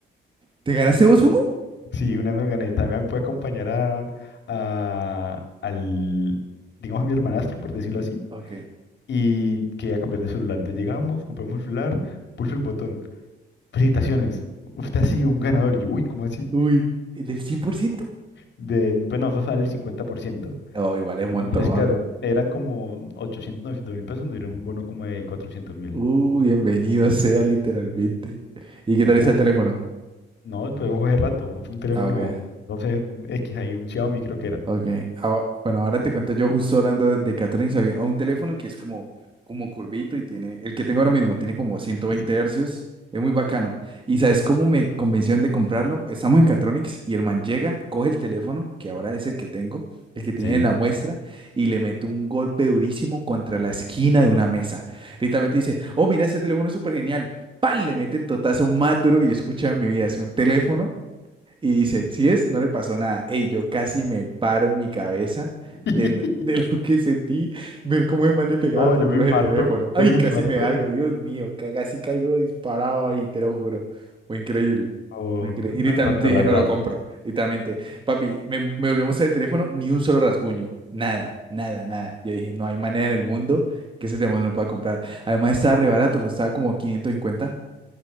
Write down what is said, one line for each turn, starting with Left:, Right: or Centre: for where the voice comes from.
Right: ¿Te ganaste vos uno?
Left: Sí, una vez me gané. También puede acompañar a, a- al, digamos, a mi hermanastro, por decirlo así
Right: Ok.
Left: y quería cambiar de celular. Entonces llegamos, compramos el celular, pulso el botón. Felicitaciones, usted ha sido un ganador. Y yo, uy, ¿cómo así?
Right: Uy, ¿el del cien por ciento.
Left: De, pues no, fue sale el cincuenta por ciento
Right: Oh, igual es un montón.
Left: Y pues claro, eran como 800 900 mil pesos, nos dieron un bono como de cuatrocientos mil.
Right: Uy, bienvenido sea literalmente. ¿Y
Left: Y
Right: qué tal
Left: ya,
Right: está el teléfono?
Left: no, pues fue hace rato, es un teléfono,
Right: Ah, ok.
Left: no sé, X, ahí un Xiaomi creo que era.
Right: Ok, ah, bueno, ahora te cuento yo justo hablando de, de Catherine Sabine, a un teléfono que es como, como curvito y tiene, el que tengo ahora mismo tiene como ciento veinte
Left: Y Sí.
Right: hercios, es muy bacano. ¿Y sabes cómo me convencieron de comprarlo? Estamos en Catronics y el man llega, coge el teléfono, que ahora es el que tengo, el que tiene
Left: Sí.
Right: en la muestra, y le mete un golpe durísimo contra la esquina de una mesa. Literalmente dice, oh, mira, este teléfono es súper genial. pan Le mete el totazo más duro que yo he escuchado en mi vida. Hace un teléfono y dice, si es, no le pasó nada. Ey, yo casi me paro en mi cabeza
Left: <laughs>
Right: de lo, <laughs> de lo que sentí, ver cómo es mal le pegaba
Left: No,
Right: tan
Left: yo
Right: duro
Left: me infarto,
Right: ese teléfono. Ay,
Left: yo me infarto.
Right: casi me da algo, Dios mío, ca- casi caigo disparado ahí, te lo juro. Fue increíble.
Left: Oh,
Right: fue incre- Y literalmente
Left: me infarto,
Right: dije,
Left: la verdad.
Right: no lo compro. Literalmente, papi, me, me volvió a mostrar el teléfono, ni un solo rasguño. Nada, nada, nada. Yo dije, no hay manera en el mundo que ese teléfono no lo pueda comprar. Además, estaba re barato, costaba como quinientos cincuenta